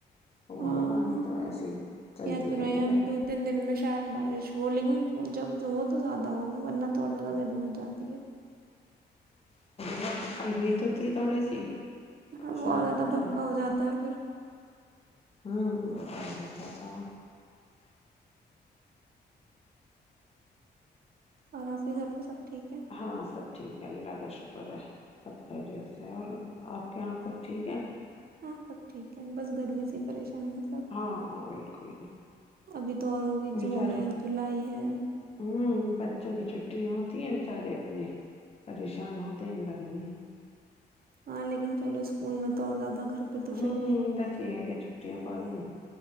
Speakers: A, on the left (about 35°); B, on the right (about 55°).
A: وہ
B: ہاں
A: ہوگا نہیں تو ایسے ہی چلتی
B: کہہ تو
A: رہے گی
B: ہیں اب
A: لائف
B: دو تین دن میں شاید بارش ہو لیکن جب ہو تو زیادہ ہو ورنہ تھوڑا زیادہ گرمی ہو جاتی ہے
A: ہاں کلویتوتھی تھوڑی سی
B: ہاں
A: شام
B: بت زیادہ
A: کے ٹائم
B: بھکا ہو جاتا ہے پھر
A: ہوں اچھ تھاا
B: اور آپ ہی گھر پہ سب ٹھیک ہے
A: ہاں سب ٹھیک اللہ کا شکر ہے سب خیریت سے اور آپ کے یہاں سب ٹھیک ہے
B: ہاں سب ٹھیک ہے بس گرمی سے ہی پریشان سب
A: ہاں بالکل
B: ابھی تو اور ہوگی
A: بچارے
B: جون ہے جولائی ہے
A: ہوں بچوں کی چھٹی ہوتی ہیں بیچارے اپنے پریشان ہوتے ہیں گھر کرنی ہے
B: ہاں لیکن چلو اسکول میں تو اور زیادہ گھر پہ تو
A: ہوں
B: پھر بھی
A: دس یہ ہے گیا چھٹیاں پڑھیں